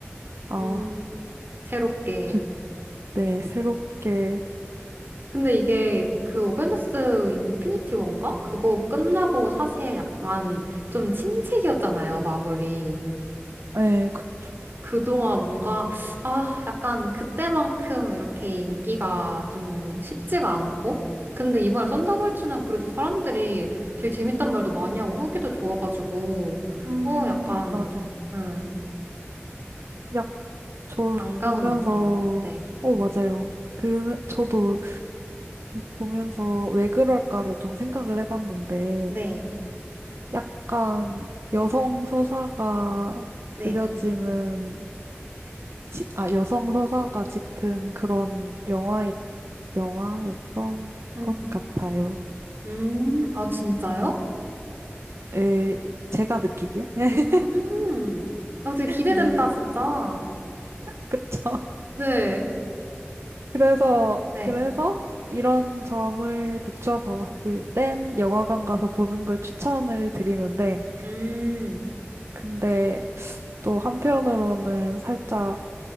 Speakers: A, on the right; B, on the right.
A: 아,
B: 음. 새롭게
A: 그- 네, 새롭게,
B: 근데 이게 그 어벤져스 인피니티 원가? 그거 끝나고 사실 약간 좀 침체기였잖아요, 마블이.
A: 네, 그쵸.
B: 그동안 뭔가, 아, 약간 그때만큼 이렇게 인기가 좀 쉽지가 않고. 근데 이번에 썬더볼츠는 그래도 사람들이 되게 재밌단 말도 많이 하고 후기도 좋아가지고,
A: 음,
B: 어, 약간,
A: 맞아.
B: 음,
A: 약, 저
B: 반가운
A: 보면서,
B: 느낌. 네.
A: 어, 맞아요. 그, 저도 보면서 왜 그럴까를 좀 생각을 해봤는데,
B: 네.
A: 약간 여성 서사가
B: 네.
A: 그려지는, 지- 아, 여성 서사가 짙은 그런 영화에 영화였던
B: 음,
A: 것 같아요.
B: 음, 아, 진짜요?
A: 에, 제가 느끼기에. <laughs>
B: 음. 어, 되게 기대된다,
A: 네,
B: 진짜.
A: 그쵸.
B: 네.
A: 그래서,
B: 네.
A: 그래서 이런 점을 비추어 봤을 땐 영화관 가서 보는 걸 추천을 드리는데,
B: 음.
A: 근데 또 한편으로는 살짝,